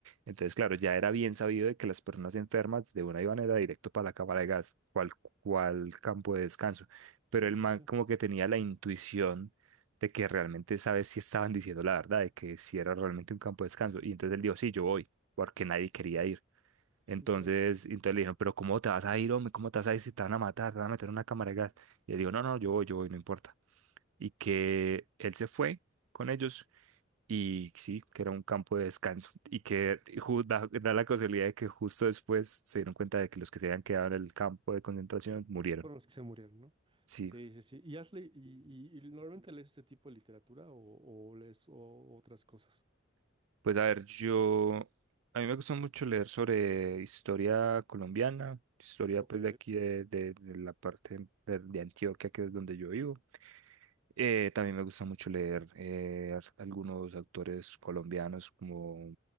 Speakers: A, on the right (about 85°); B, on the right (about 25°).
A: Entonces, claro, ya era bien sabido de que las personas enfermas de una iban era directo para la cámara de gas, cual, cual campo de descanso, pero
B: Sí,
A: el
B: sí,
A: man
B: sí,
A: como que tenía la intuición de que realmente sabes si estaban diciendo la verdad, de que si era realmente un campo de descanso, y entonces él dijo, sí, yo voy, porque nadie quería ir.
B: sí,
A: Entonces,
B: claro.
A: entonces le dijeron, pero ¿cómo te vas a ir, hombre? ¿Cómo te vas a ir si te van a matar? Te van a meter en una cámara de gas. Y él dijo, no, no, yo voy, yo voy, no importa. Y que él se fue con ellos y sí, que era un campo de descanso. Y que ju- da, da la casualidad de que justo después se dieron cuenta de que los que se habían quedado en el campo de concentración murieron.
B: Por los que se murieron, ¿no?
A: Sí,
B: Sí, sí, sí. ¿Y has le- y, y- y normalmente lees ese tipo de literatura o, o lees o- otras cosas?
A: Pues a ver, yo, a mí me gusta mucho leer sobre historia colombiana, historia
B: Ok,
A: pues de aquí de, de- de la parte de, de Antioquia, que es donde yo vivo. Eh, también me gusta mucho leer eh, ar- algunos autores colombianos como